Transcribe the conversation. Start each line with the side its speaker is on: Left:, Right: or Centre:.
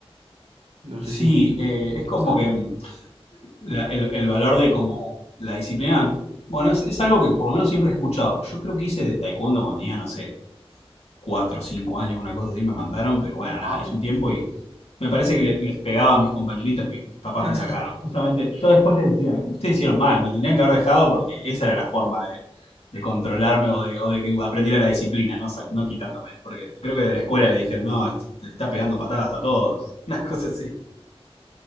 Right: No sé
Left: Sí,
Right: si
Left: eh, es
Right: he
Left: como
Right: pasado.
Left: que mm, la- el, el valor de como la disciplina, bueno, es, es algo que por lo menos siempre he escuchado. Yo creo que hice de taekwondo cuando tenía, no sé, cuatro o 5 años, una cosa así me mandaron, pero bueno,
Right: ¡Wow!
Left: nada, hice un tiempo y me parece que le- les pegaba a mis compañeritos y mis, mis papás
Right: <laughs>
Left: me sacaron. Justamente, yo después les decía, ustedes hicieron mal, me tendrían que haber dejado porque esa era la forma de, de controlarme o de, o de que aprendiera la disciplina, no, Sac- no quitándome, porque creo que de la escuela le dijeron, no, te te está pegando patadas a todos, <laughs> una cosa así.